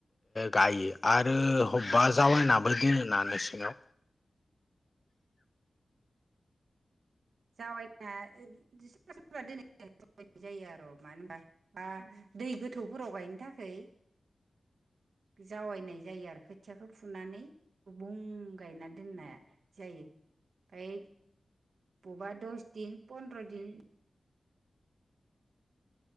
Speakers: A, on the left; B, on the right.
A: गायो आरो बबेबा जावायनाबो दोनोना नोंसिङाव
B: जावायना सोरबा सोरा दोन जनाय जायो आरो <unintelligible> मानो होनबा बा दै गोथौफोराव गायनो थाखाय जावायनाय जायो आरो खोथियाखौ फुनानै गुबुं गायना दोननाया जायो ओइ बबेबा दस दिन पनन्द्र' दिन